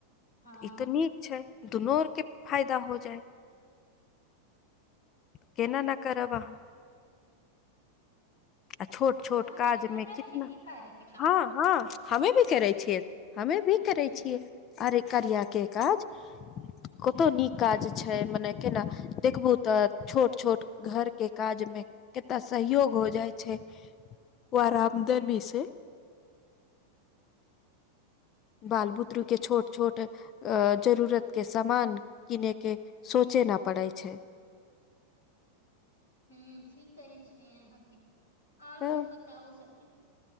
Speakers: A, on the left; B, on the left.
A: हँ
B: ई तऽ नीक छै दुनू आरके फायदा हो जाय केना न करब अहाँ आ छोट छोट
A: अहाँके
B: काज
A: भी भेटल
B: मे कितना
A: छै की कार्य के काम
B: हँ हँ हमे भी करै छियै हमे भी
A: अच्छा
B: करै छियै अरे करिया के काज कतो नीक काज छै मने केना देखबू तऽ छोट छोट घर के काज मे कितना सहयोग हो जाय छै ओ आरामदेवी से बाल बुत्ररू के छोट छोट अ जरूरत के सामान किने के सोचे न पड़ै छै
A: हू ठीक कहै छीय अहाँके आओर
B: तऽ
A: सब बतायो सखि